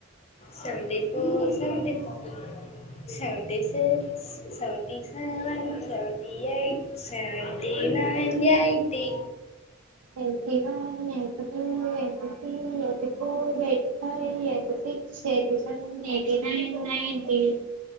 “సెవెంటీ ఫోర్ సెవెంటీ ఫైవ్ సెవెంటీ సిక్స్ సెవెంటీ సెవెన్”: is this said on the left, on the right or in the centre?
Left